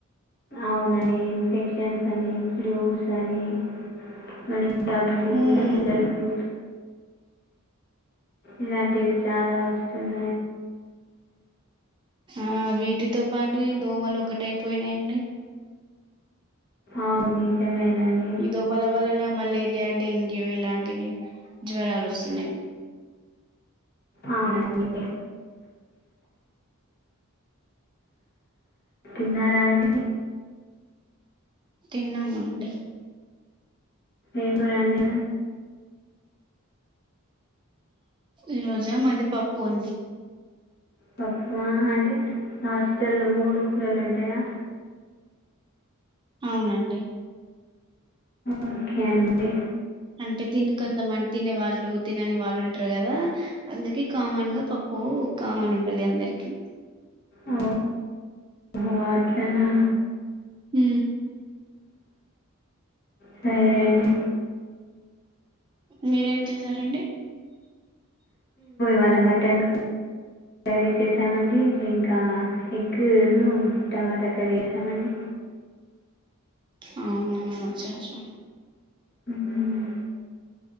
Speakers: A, on the left; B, on the right.
A: అవును ఇన్ఫెక్షన్స్ అని ఫ్లూస్ అని మళ్ళీ దగ్గు
B: ఉమ్
A: జలుబు ఇలాంటివి చాలా వస్తుంది
B: ఆ వీటితో పాటు దోమలు ఒకట అయిపోయినాయండి
A: అవును నిజమేనండి
B: ఇదో మల వలనా మలే రియా డెంగ్యూ ఇలాంటివి జ్వరాలు వస్తున్నాయి
A: అవునండి తిన్నారాణి
B: తిన్నామండి
A: ఏంపో రండి
B: ఈ రోజా మాది పప్పు అండి
A: పప్పు అంటే హాస్టల్లో మూడు కూరలు ఉంటాయా
B: అవునండి
A: ఓకే అండి
B: అంటే తిని కొంతమంది తినే వాళ్ళు తినని వాళ్ళు ఉంటారు కదా అందుక కామన్ గా పప్పు కామన్ ఉంటుంది అందరికి
A: ఓ ఓహో, అట్లనా
B: హ
A: సరే అండి
B: మీరేం చేసారండి
A: వాళ్ళ మటన్ కర్రీ చేసామండి ఇంకా ఎగ్ను టమాటా కర్రీ వేసామండి
B: అవునాచ్చచ్చా
A: హ్మ్.